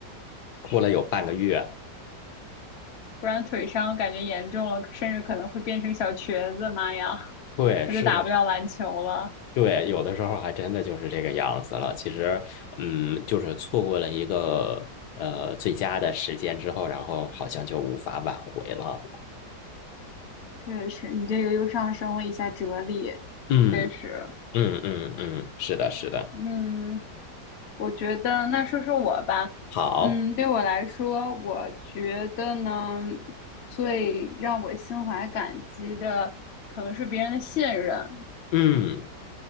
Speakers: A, on the left; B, on the left.
A: 过了有半个月。
B: 是，不然腿伤感觉严重了，甚至可能会变成小瘸子，妈呀，
A: 对，
B: 那就打不了篮球了。
A: 是的，对，有的时候还真的就是这个样子了。其实，嗯，就是错过了一个呃最佳的时间之后，然后好像就无法挽回了。
B: 确实，你这个又上升了一下哲理。
A: 嗯
B: 确实，
A: 嗯嗯嗯，是的，是的，
B: 嗯，我觉得，那说说我吧。
A: 好，
B: 嗯，对我来说，我觉得呢，最让我心怀感激的，可能是别人的信任。
A: 嗯，